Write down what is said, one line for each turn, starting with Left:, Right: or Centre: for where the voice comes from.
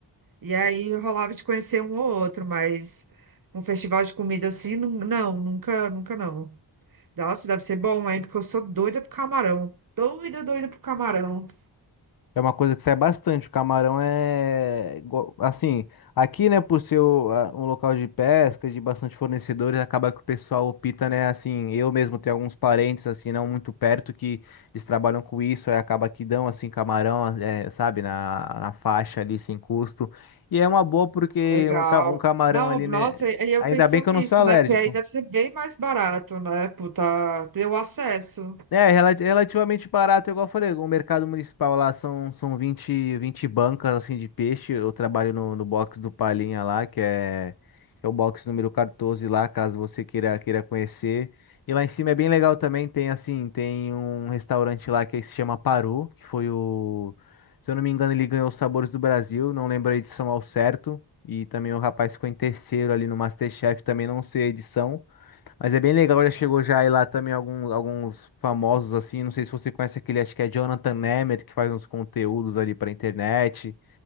Right: e aí rolava de conhecer um ou outro, mas um festival de comida assim, não, não, nunca, nunca não. Nossa, deve ser bom, hein? Porque eu sou doida pro camarão. Doida, doida pro camarão.
Left: É uma coisa que sai bastante. O camarão é. go- Assim, aqui, né, por ser o- a- um local de pesca, de bastante fornecedores, acaba que o pessoal opta, né, assim. Eu mesmo tenho alguns parentes, assim, não muito perto, que eles trabalham com isso, aí acaba que dão, assim, camarão, é, sabe, na, na faixa ali, sem custo. E é uma boa porque
Right: Legal.
Left: um, ca- um camarão
Right: Não,
Left: ali,
Right: nossa,
Left: né.
Right: e e eu
Left: Ainda
Right: pensando
Left: bem que eu
Right: nisso,
Left: não sou alérgico.
Right: né? Porque aí deve ser bem mais barato, né? Puta, deu acesso.
Left: É, rela- relativamente barato, igual eu falei, o mercado municipal lá são, são 20 20 bancas assim de peixe. Eu trabalho no, no box do Palinha lá, que é, é o box número 14 lá, caso você queira, queira conhecer. E lá em cima é bem legal também, tem assim, tem um restaurante lá que se chama Paru, que foi o, se eu não me engano, ele ganhou os Sabores do Brasil, não lembro a edição ao certo. E também o rapaz ficou em terceiro ali no MasterChef, também não sei a edição. Mas é bem legal, já chegou já aí lá também alguns, alguns famosos assim, não sei se você conhece aquele, acho que é Jonathan Nemeth, que faz uns conteúdos ali pra internet.